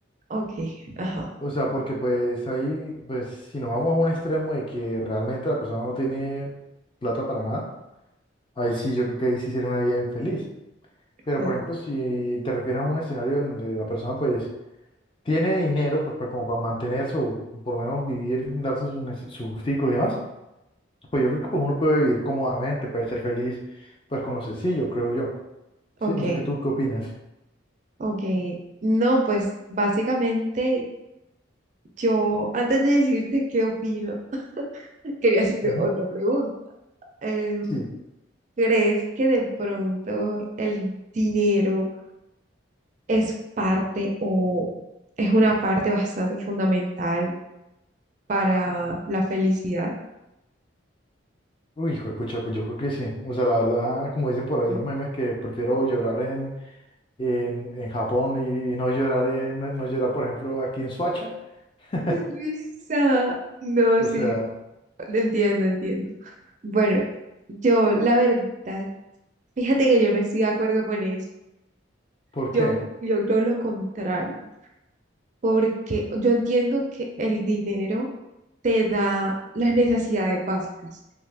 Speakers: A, on the right; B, on the left.
A: Ok, ajá.
B: O sea, porque pues ahí, pues si nos vamos a un extremo de que realmente la persona no tiene plata para nada, ahí sí yo creo que ahí sí sería una vida infeliz. Pero
A: Ok,
B: por ejemplo, si te refieres a un escenario donde la persona pues tiene dinero, pues para, como para mantenerse o por lo menos vivir, darse sus, nece- sus gusticos y demás, pues yo creo que pues uno puede vivir cómodamente, puede ser feliz, pues con lo sencillo, creo yo.
A: ok.
B: Sí, no sé qué tú qué opinas.
A: ok. No, pues básicamente Yo, antes de decirte qué opino, <laughs> quería hacerte
B: Ujú,
A: otra pregunta. Eh,
B: Sí.
A: ¿crees que de pronto el dinero es parte o es una parte bastante fundamental para la felicidad?
B: Uy, hijo de pucha, pues yo creo que sí. O sea, la verdad, como dicen por ahí
A: Mm.
B: los memes, que prefiero llorar en, en, en Japón y, y no llorar en, no, no llorar, por ejemplo, aquí en Soacha. <laughs>
A: ¡Qué risa! No,
B: O
A: sí,
B: sea,
A: entiendo, entiendo. Bueno, yo la verdad, fíjate que yo no estoy de acuerdo con eso.
B: ¿por
A: Yo,
B: qué?
A: yo creo lo contrario. porque yo entiendo que el dinero te da las necesidades básicas